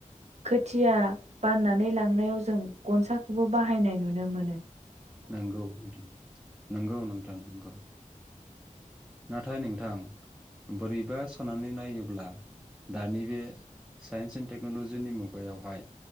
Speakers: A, on the right; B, in the centre.
A: खोथिया बाननानै लांनायाव जों गनसाखौबो बाहायनाय नु नो मोनो
B: नंगौ नोंथां नंगौ नोंथां नंगौ नाथाय नोंथां बोरैबा साननानै नायोब्ला दानि बे साइन्स एन्ड टेक्नलजिनि मुगायावहाय